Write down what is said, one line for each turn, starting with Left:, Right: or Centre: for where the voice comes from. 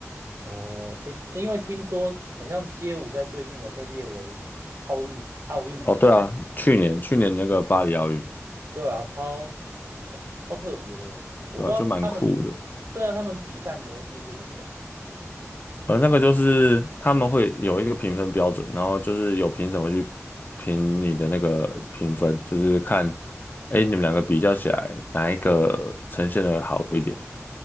Right: 哦，诶，诶因为听说很像街舞在最近有被列为奥运奥运比赛。
Left: 哦，对啊，去年去年那个巴黎奥运，
Right: 对啊，超超特别的欸我不知道他们，
Left: 对吧，就蛮酷的。
Right: 对啊，他们比赛模式是怎么样？
Left: 呃，那个就是他们会有一个评分标准，然后就是有评审会去评你的那个评分，就是看，哎，你们两个比较起来，哪一个呈现的好一点，